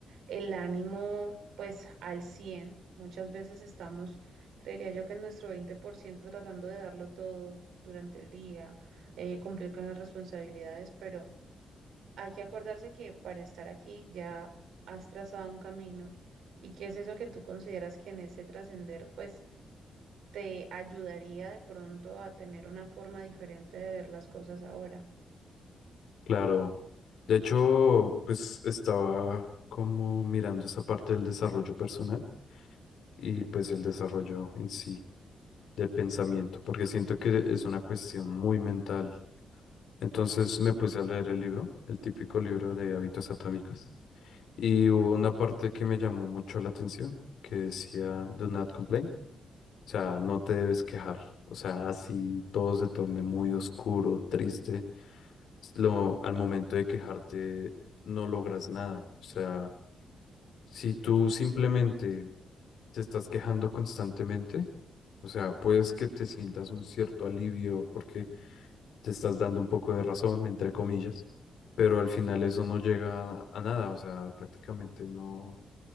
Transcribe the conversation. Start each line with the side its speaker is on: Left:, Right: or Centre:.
Right: el ánimo pues al cien Muchas veces estamos, creería yo que en nuestro 20% tratando de darlo todo durante el día, eh, cumplir con las responsabilidades, pero hay que acordarse que para estar aquí ya has trazado un camino y qué es eso que tú consideras que en ese trascender pues te ayudaría de pronto a tener una forma diferente de ver las cosas ahora.
Left: Claro. De hecho, pues estaba como mirando esa parte del desarrollo personal y pues el desarrollo en sí de pensamiento, porque siento que es una cuestión muy mental Entonces me puse a leer el libro, el típico libro de hábitos atómicos, y hubo una parte que me llamó mucho la atención, que decía, Do not complain, o sea, no te debes quejar, o sea, así todo se torne muy oscuro, triste, lo, al momento de quejarte no logras nada, o sea, si tú simplemente te estás quejando constantemente, o sea, puedes que te sientas un cierto alivio porque te estás dando un poco de razón, entre comillas pero al final eso no llega a, a nada, o sea, prácticamente no,